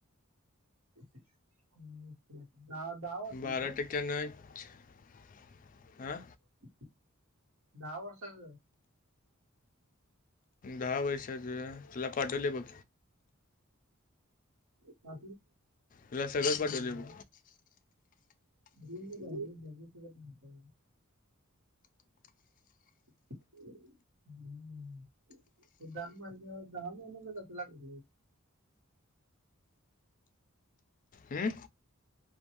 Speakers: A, on the right; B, on the left.
A: <unintelligible>
B: बारा
A: ते
B: टक्क्या नच <unintelligible> हं
A: <unintelligible> दहा वर्षच
B: दहा वर्षाच तुला पाठवले बघ
A: पा
B: तुला सगळंच
A: गला
B: पाठवले
A: जरा
B: बघ
A: <unintelligible> <unintelligible> हम्म दहा महिन दहा महिन्यान कसं लागल
B: हम